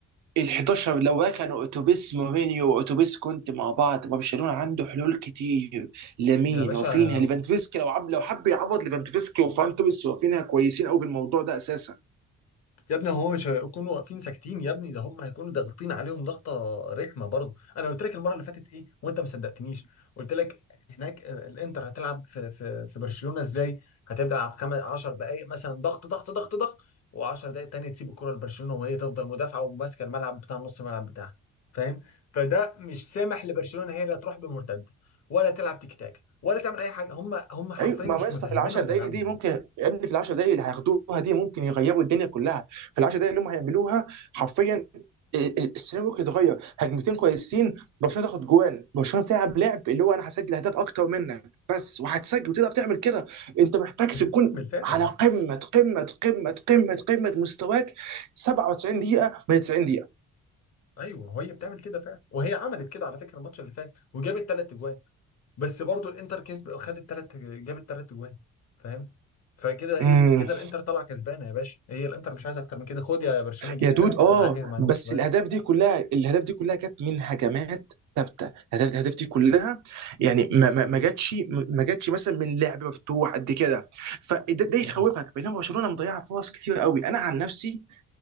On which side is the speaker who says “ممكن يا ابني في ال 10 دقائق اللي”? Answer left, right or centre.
Right